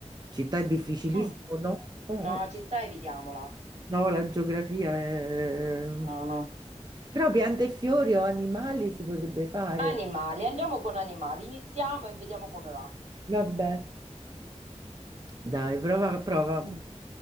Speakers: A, on the right; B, on the right.
A: Città è difficilissimo,
B: mm.
A: no?
B: No, città evitiamola.
A: No, la geografia è...
B: No, no.
A: Però piante e fiori o animali si potrebbe fare.
B: Animali, andiamo con animali. Iniziamo e vediamo come va.
A: Vabbè, dai, prova, prova.
B: mm.